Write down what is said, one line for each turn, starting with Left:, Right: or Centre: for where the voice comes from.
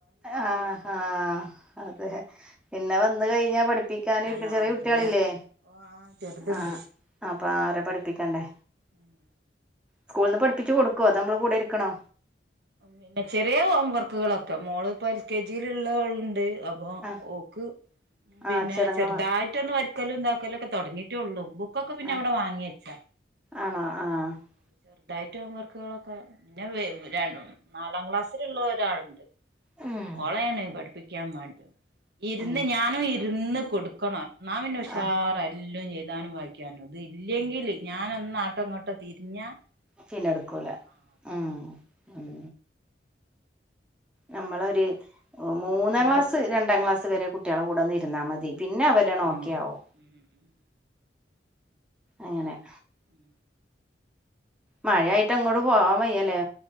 Centre: അ ആ അദ്ദേ പിന്നെ വന്ന് കഴിഞ്ഞാ പഠി പ്പിക്കാനിരുക്കും.
Right: ആഹ്
Centre: ചെറിയ
Right: പിന്നെ
Centre: കുട്ടികളില്ലേ?
Right: ആഹ് ചെറുതുണ്ട്
Centre: ആ അപ്പൊ അവരെ പഠി ത്തിക്കണ്ടേ
Right: ഉം
Centre: സ്കൂളീന്ന് പഠിപ്പിച്ച് കൊടുക്കോ? അതൊ നമ്മള് കൂടെയിരിക്കണോ?
Right: പിന്നെ ചെറിയ ഹോം വർക്ക്കളൊക്കെ മോള് ഇപ്പോ എൽ കെ ജിൽ ഉള്ളോള്ണ്ട് അപ്പൊ
Centre: ആഹ്
Right: ഓക്ക് പിന്നെ
Centre: ആഹ് അക്ഷരങ്ങള്
Right: ചെറുതായിട്ടൊന്ന് വര് ക്കലൊണ്ടക്കലൊക്കെ തെടങ്ങിട്ടേയൊള്ളൂ. ബു ക്കൊക്കെ പിന്നെ
Centre: ആഹ്
Right: അവിടെ വാങ്ങിവെച്ചാ
Centre: ആണോ ആഹ്
Right: <unintelligible> ഡയറ്റ്ഹോവർക്കുകളൊക്കെ പിന്നെ വേവ് രണ്ടു നാലാം ക്ലാസ്സിലുള്ള ഒരാളുണ്ട്
Centre: ഉം
Right: ഓളേനേ പഠിപ്പി ക്യാൻ മട് ഇരുന്ന്
Centre: ഉം
Right: ഞാനും ഇരു ന്ന് കൊടുക്കണോ ന്നാ പിന്നെ ഉഷാറെല്ലോംഞ്ഞെഴുതാനും
Centre: ആ
Right: വായി ക്കാനോം ഇതില്ലെങ്കില് ഞനൊ ന്നാട്ടോങ്ങോട്ടോ തിരിഞ്ഞാ
Centre: പിന്നെയെടുക്കൂല
Right: ഓള് ആ കളി
Centre: ഉം ഉം നമ്മളൊര് ഓ
Right: ആ
Centre: മൂന്നാം
Right: ഒരിത്
Centre: ക്ലാസ്സ് രണ്ടാം ക്ലാസ്സ്‌ വരെ കുട്ടികളെ കൂടൊന്ന് ഇരുന്നാ മതി. പിന്നെ
Right: ആഹ്
Centre: അവരെ ഓക്കെ
Right: ആഹ്
Centre: ആവും
Right: ഉം ഉം
Centre: അങ്ങനെ-
Right: ഉം
Centre: മഴയായിട്ട് എങ്ങോട് പോകാൻ വയ്യല്ലേ?